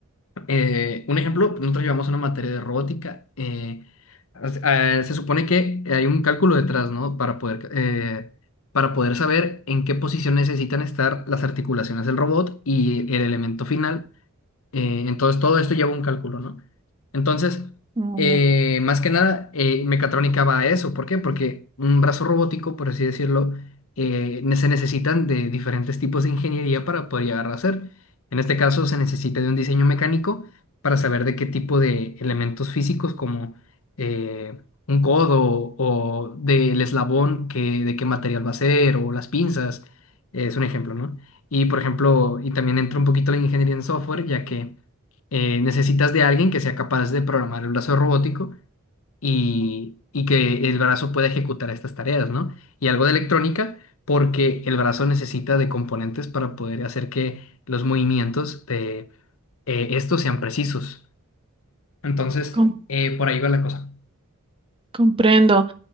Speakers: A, on the left; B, on the right.
A: eh, un ejemplo, nosotros llevamos una materia de robótica. eh, as- eh, se supone que hay un cálculo detrás, ¿no? Para poder, eh, para poder saber en qué posición necesitan estar las articulaciones del robot y el elemento final. Eh, entonces, todo esto lleva un cálculo, ¿no? Entonces,
B: Muy
A: eh,
B: bien,
A: más que nada, eh, mecatrónica va a eso. ¿Por qué? Porque un brazo robótico, por así decirlo, eh, ne- se necesitan de diferentes tipos de ingeniería para poder llegar a hacer. En este caso, se necesita de un diseño mecánico para saber de qué tipo de elementos físicos, como eh, un codo o del eslabón, que, de qué material va a ser, o las pinzas, es un ejemplo, ¿no? Y, por ejemplo, y también entra un poquito la ingeniería en software, ya que eh, necesitas de alguien que sea capaz de programar el brazo robótico y, y que el brazo pueda ejecutar estas tareas, ¿no? Y algo de electrónica, porque el brazo necesita de componentes para poder hacer que los movimientos de eh, estos sean precisos. Entonces,
B: com-
A: eh, por ahí va la cosa.
B: comprendo.